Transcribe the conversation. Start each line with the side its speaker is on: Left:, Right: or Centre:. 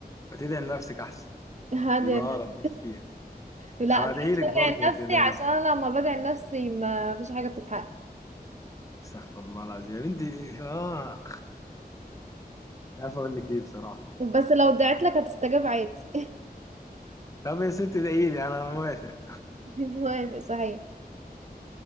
Left: ما تدعي لنفسك أحسن
Right: هذا
Left: بيبقى أقرب
Right: <laughs>
Left: بكتير
Right: لا
Left: هودعيلك
Right: مش بدعي
Left: برضه ما تقلقيش
Right: لنفسي عشان انا لما بدعي لنفسي ما فيش حاجة بتتحقق
Left: استغفر الله العظيم يا بنتي اه مش عارف اقول لك ايه بصراحه
Right: بس لو دعيت لك هتستجاب عادي
Left: طب يا ست ادعيلي انا موافق
Right: موافق صحيح